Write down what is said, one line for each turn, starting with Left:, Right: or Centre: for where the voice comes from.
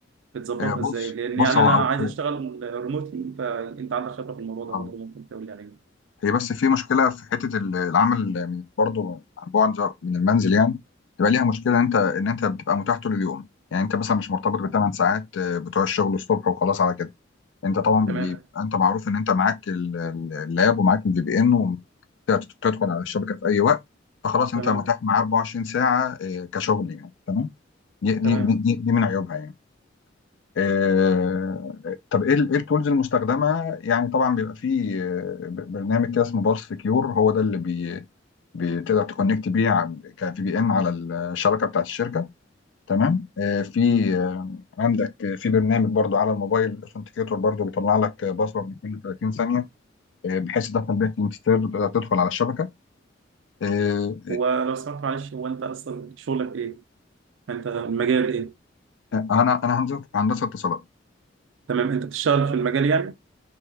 Right: بتظبطها
Left: آه،
Right: ازاي
Left: بص
Right: لان
Left: بص
Right: يعني
Left: هو
Right: انا
Left: أو-
Right: عايز
Left: هو-
Right: اشتغل ريموتلي فانت عندك خبره في الموضوع ده
Left: آه.
Right: برضه ممكن تقول لي عليه
Left: هي بس في مشكلة في حتة ال- العمل من- برضو عن بعد من المنزل يعني تبقى ليها مشكلة إن أنت إن أنت بتبقى متاح طول اليوم يعني أنت مثلا مش مرتبط بثمان ساعات آه، بتوع الشغل الصبح وخلاص على كده أنت طبعا
Right: تمام
Left: بيبقى أنت معروف إن أنت معاك ال- ال- اللاب ومعاك الفي بي إن وتدخل على الشبكة في أي وقت فخلاص أنت
Right: تمام
Left: متاح معاه 24 ساعة آه، كشغل يعني تمام دي دي
Right: تمام
Left: دي, دي من عيوبها يعني آه، طب ايه ال- ايه التولز المستخدمه يعني طبعا بيبقى فيه آه، ب- برنامج كده اسمه بالس سكيور هو ده اللي بي بتقدر تكونكت بيه كفي بي ان على الشبكه بتاعت الشركه تمام آه، في آه، عندك آه، في برنامج برضو على الموبايل اثنتيكيتور برضو بيطلع لك باسورد كل 30 ثانيه آه، بحيث تدخل بيها كلمه سر وتقدر تدخل على الشبكه آه،
Right: هو لو سمحت معلش هو انت اصلا شغلك ايه انت المجال ايه
Left: آه، انا انا هندسه هندسة اتصالات
Right: تمام انت بتشتغل في المجال يعني